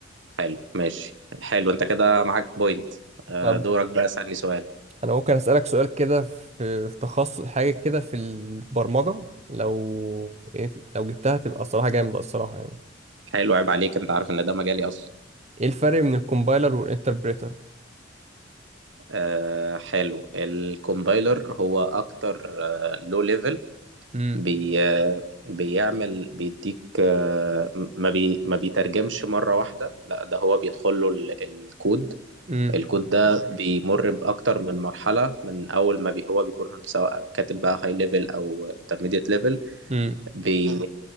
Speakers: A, on the right (about 70°); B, on the right (about 35°).
A: حلو ماشي حلو انت كده معاك بوينت آه،
B: طب
A: دورك بقى اسألني سؤال
B: انا ممكن اسالك سؤال كده في في تخصص حاجه كده في البرمجه لو يعني لو جبتها تبقى الصراحه جامده الصراحه يعني
A: حلو عيب عليك انت عارف ان ده مجالي اصلا
B: ايه الفرق بين الكومبايلر والانتربريتر
A: آه، حلو الكومبايلر هو اكتر لو ليفل
B: امم
A: بي آه، بيعمل بيديك آه، ما بي ما بيترجمش مرة واحدة لا ده هو بيدخل له ال- الكود
B: امم
A: الكود ده بيمر بأكتر من مرحلة من أول ما بي هو بيكون سواء كاتب بقى هاي ليفل أو انترميديت ليفل
B: امم
A: بي